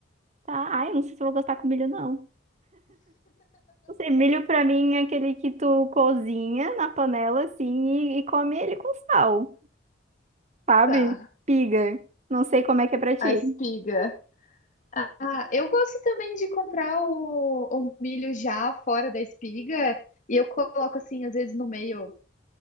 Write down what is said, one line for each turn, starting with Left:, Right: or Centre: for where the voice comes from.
Right: Tá. Ai, eu não sei se eu vou gostar com milho, não. Não sei, milho pra mim é aquele que tu cozinha na panela, assim, e, e come ele com sal, sabe?
Left: Tá,
Right: Piga. Não sei como é que é pra ti.
Left: a espiga. Ah, eu gosto também de comprar o, o milho já fora da espiga, e eu coloco, assim, às vezes no meio